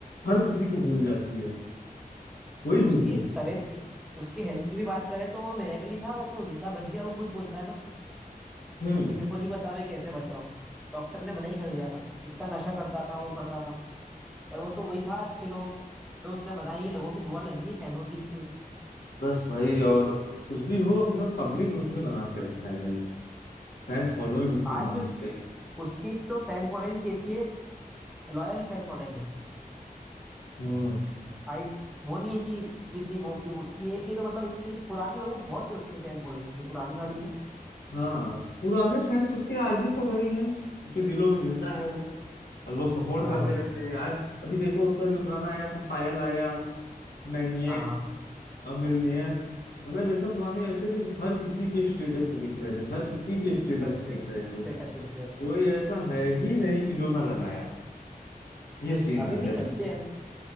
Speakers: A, on the left; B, in the centre.
A: हर किसी को भूल जाती है कोई भी
B: उसकी
A: हो
B: तबीयत की उसकी हेल्थ की भी बात करें तो वो मिरेकल ही था वो तो जिंदा बच गया वो खुद बोलता है ना
A: हम्म
B: कि मेरे को नहीं पता मैं कैसे बचा हूँ डॉक्टर ने मना ही कर दिया था इतना नशा करता था वो करता था पर वो तो वही था अच्छे लोग जो उसने बनाई है लोगों की दुआ लगी है फैनों की इतनी उसकी
A: बस भाई और कुछ भी हो अपना पब्लिक उसने बना के रखा है भाई फैंस फॉलोइंग उसकी
B: आज
A: मान
B: भी उस
A: ले
B: उसकी एक तो फैन फॉलोइंग कैसी है लॉयल फैन फॉलोइंग है
A: हम्म
B: आई वो नहीं है कि किसी वो कि उसकी है कि तो मतलब इतनी पुराने लोग बहुत है उसके फैन फॉलोइंग जो पुरानी वाली है ना
A: हाँ पुराने फैंस उसके आज भी सब वही हैं उनके दिलों में जिंदा है वो और लोग सपोर्ट
B: हाँ
A: करते रहते हैं आज अभी देखो उसका जो गाना आया था पायल आया मैनिएक
B: हाँ
A: मिलनेयर मतलब ये सब गाने ऐसे थे कि हर किसी के स्टेटस पे दिख रहे थे हर किसी के स्टेटस
B: हर स्टेटस
A: पे दिख रहे थे
B: स्टेटस पे दिखते रहते
A: कोई
B: हैं
A: ऐसा है ही नहीं कि जो ना लगाया ये सीन
B: अभी
A: आ
B: भी
A: गया
B: चलते
A: था
B: हैं